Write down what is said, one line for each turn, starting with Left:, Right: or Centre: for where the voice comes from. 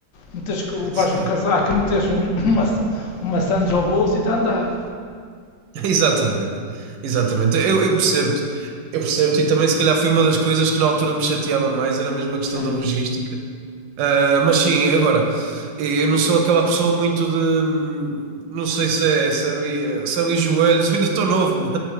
Left: meteres, levares
Right: Sim.
Left: um casaco, meteres um, <laughs> uma, uma sandes ao bolso e está a andar.
Right: <laughs> Exatamente. Exatamente. Eu, eu percebo-te. Eu percebo-te. E também, se calhar, foi uma das coisas que na altura me chateava mais, era mesmo a questão
Left: Sim,
Right: da logística. Ah, mas sim, agora. Eu não sou aquela pessoa muito de. Não sei se é se é ali, se é ali os joelhos, <laughs> eu ainda estou novo, ma-